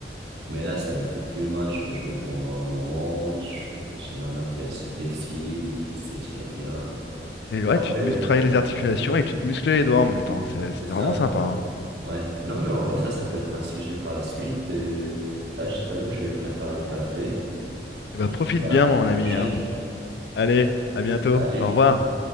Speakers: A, on the right; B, on the left.
A: Mais là, ça me fait plus mal. Je peux jouer pendant un moment. je suis- J'ai ma main qui est assez flexible, qui s'étire bien.
B: C'est vrai,
A: Ouais,
B: tu te
A: mais
B: mus- travailles les articulations et tu te muscles les doigts en même temps. C'est c'est
A: c'est ça.
B: vraiment sympa, hein.
A: Ouais. Non, mais en vrai, ça, ça peut être un sujet par la suite. Et là, je t'avoue, je vais préparer un café.
B: Et bah
A: Je
B: profite
A: te dis
B: bien,
A: à
B: mon
A: la
B: ami,
A: prochaine.
B: hein. Allez, à bientôt.
A: Salut.
B: Au revoir.